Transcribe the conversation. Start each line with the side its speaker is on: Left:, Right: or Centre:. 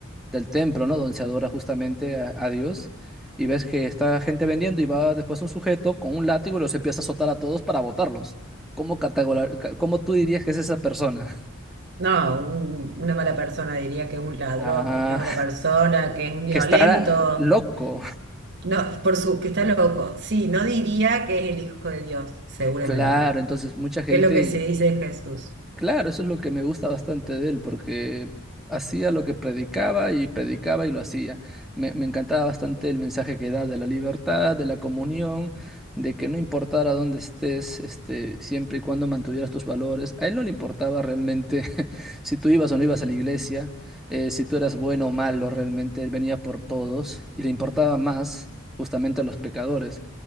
Centre: del templo, ¿no? Donde se adora justamente a, a Dios, y ves que está gente vendiendo y va después un sujeto con un látigo y los empieza a azotar a todos para botarlos. ¿Cómo categora- ca- cómo tú dirías que es esa persona? <laughs>
Right: No, un- una mala persona diría que es un ladrón,
Centre: Ah,
Right: que es una mala persona, que es un violento.
Centre: que está loco. <laughs>
Right: No, por su, que está loco. Sí, no diría que es el hijo de Dios, seguramente.
Centre: Claro, entonces mucha gente
Right: que es lo que se dice de Jesús.
Centre: Claro, eso es lo que me gusta bastante de él, porque hacía lo que predicaba y predicaba y lo hacía. Me, me encantaba bastante el mensaje que da de la libertad, de la comunión, de que no importara dónde estés, este, siempre y cuando mantuvieras tus valores. A él no le importaba realmente <laughs> si tú ibas o no ibas a la iglesia, eh, si tú eras bueno o malo, realmente él venía por todos y le importaba más justamente a los pecadores.